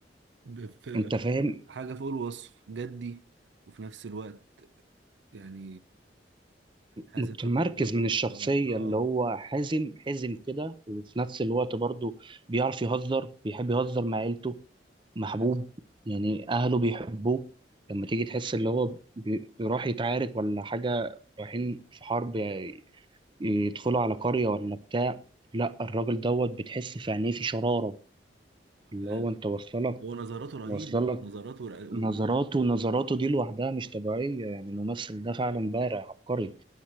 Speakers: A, on the right; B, on the right.
A: بف-
B: انت فاهم
A: حاجة فوق الوصف جدي وفي نفس الوقت يعني حازم
B: متمركز
A: في قراراته
B: من
A: وقرار-
B: الشخصية
A: اه
B: اللي هو حازم حازم كده وفي نفس الوقت برضه بيعرف يهزر بيحب يهزر مع عيلته محبوب
A: فعلا
B: يعني أهله بيحبوه لما تيجي تحس اللي هو بي- بيروح يتعارك ولا حاجة رايحين في حرب يعني يدخلوا على قرية ولا بتاع لا الراجل دوت بتحس في عينيه في شرارة اللي
A: فعلا
B: هو أنت واصلة
A: هو نظراته رهيبه
B: لك
A: نظراته ورق- و-
B: نظراته نظراته دي لوحدها مش طبيعية يعني الممثل ده فعلا بارع عبقري